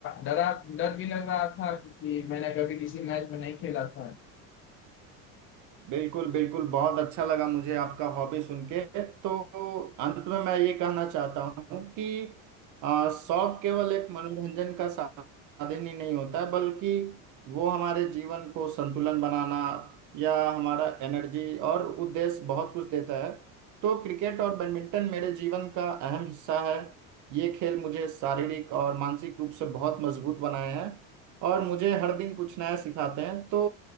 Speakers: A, on the left; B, on the right.
A: डरा डर भी लग रहा था क्योंकि मैंने कभी किसी मैच में नहीं खेला था
B: बिल्कुल बिल्कुल बहुत अच्छा लगा मुझे आपका हॉबी सुन के तो अंत में मैं ये कहना चाहता हूँ कि आ, शौक केवल एक मनोरंजन का साधन ही नहीं होता है बल्कि वो हमारे जीवन को संतुलन बनाना या हमारा एनर्जी और उद्देश्य बहुत कुछ देता है तो क्रिकेट और बैडमिंटन मेरे जीवन का अहम हिस्सा है ये खेल मुझे शारीरिक और मानसिक रूप से बहुत मजबूत बनाए हैं और मुझे हर दिन कुछ नया सिखाते हैं तो